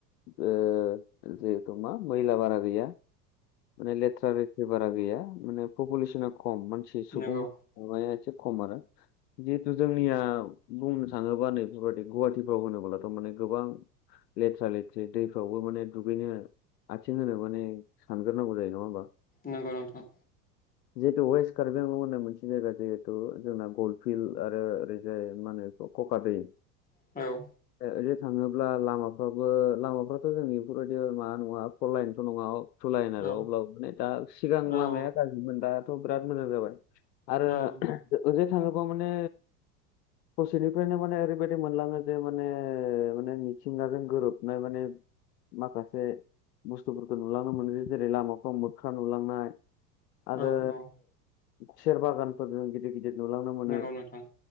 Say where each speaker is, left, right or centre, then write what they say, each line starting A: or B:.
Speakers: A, on the left (about 75°); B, on the left (about 15°).
A: ओ जिहेथु मा मैला बारा गैया माने लेथ्रा रेटि बारा गैया माने पपुलेसना खम मानसि सुबुं
B: नंगौ
A: माने एसे खम आरो जिहेथु जोंनिया बुंनो थाङोबा नैफोरबायदि गुवाहाटिफ्राव होनोब्लाथ' माने गोबां लेथ्रा लेथ्रि दैफ्रावबो माने दुगैनो आथिं होनो माने सानग्रोनांगौ जायो नङा होमबा?
B: नंगौ नोंथां।
A: <inaudible> जिहेतु वेस्ट कारलं होननाय मोनसे जायगा जिहेथु जोंना गलफिल्ड आरो ओरैजाय माहोनो खखा दै
B: औ
A: ओदिनो थाङोब्ला लामाफ्राबो लामाफ्राथ' जोंनि बेफोरबायदि मा नङा फललाइनथ' नङा थटुलायेन आरो
B: औ
A: अब्लाबो माने दा सिगां लामाया
B: औ
A: गाज्रिमोन दाथ' बिराद मोजां जाबाय आरो
B: औ नोंथां
A: ओजोंथाङोबा माने ससेनिफ्रायनो माने ओरैबायदि मोनलाङो जे माने माने मिथिंगाजों गोरोबनाय माने माखासे बुस्थुफोरखौ नुलाङनोमोन जेरै लामाफ्राव मोख्रा नुलांनाय आरो
B: औ औ
A: सेर बागानफोरजों गिदिर गिदिर नुलांनो मोनो।
B: नंगौ नोंथां